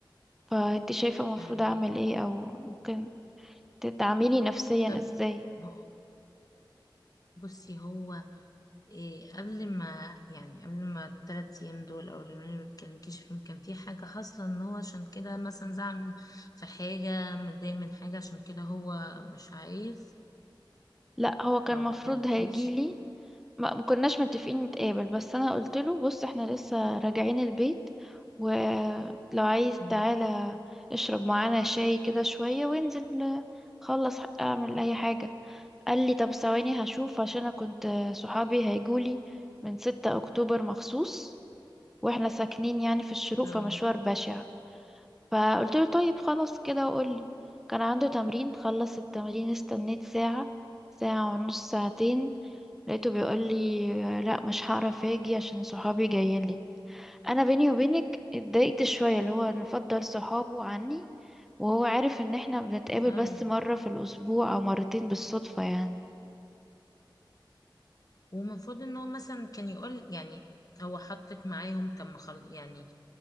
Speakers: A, in the centre; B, on the left.
A: فانت شايفه المفروض
B: فاهمة
A: اعمل ايه او ممكن تدعميني نفسيا
B: طب
A: ازاي
B: هو بصي هو إيه قبل ما يعني قبل ما التلات أيام دول أو اليومين اللي ما بتكلمكيش فيهم كان في حاجة حاصلة إن هو عشان كده مثلا زعل في حاجة متضايق من حاجة عشان كده هو مش عايز
A: لا هو كان
B: أو
A: المفروض
B: ما كلمكيش
A: هيجيلي ما ما كناش متفقين نتقابل بس انا قلت له بص احنا لسه راجعين البيت ولو عايز
B: مم.
A: تعالى اشرب معانا شاي كده شوية وانزل خلص اعمل اي حاجة قال لي طب ثواني هشوف عشان انا كنت صحابي هيجولي من 6 اكتوبر مخصوص واحنا ساكنين يعني في الشروق
B: اه
A: فمشوار بشع فقلت له طيب خلاص كده وقول لي كان عنده تمرين خلص التمرين استنيت ساعة ساعة ونص ساعتين لقيته بيقول لي لا مش هعرف اجي عشان صحابي جايين لي انا بيني وبينك اتضايقت شويه اللي هو نفضل صحابه عني وهو عارف ان احنا بنتقابل
B: فاهمة
A: بس مره في الاسبوع او مرتين بالصدفه يعني
B: ومفروض إن هو مثلا كان يقول يعني هو حطك معاهم طب ما خل... يعني